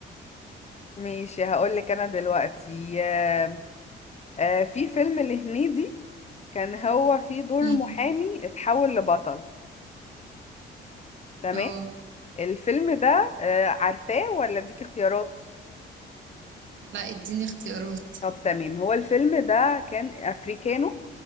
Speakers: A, on the left (about 35°); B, on the right (about 75°).
A: ماشي هقول لك انا دلوقتي آه، آه، في فيلم لهنيدي كان هو فيه دور
B: مم.
A: محامي اتحول لبطل تمام
B: اه
A: الفيلم ده آه، عارفاه ولا اديك اختيارات
B: لا اديني اختيارات
A: طب تمام هو الفيلم ده كان افريكانو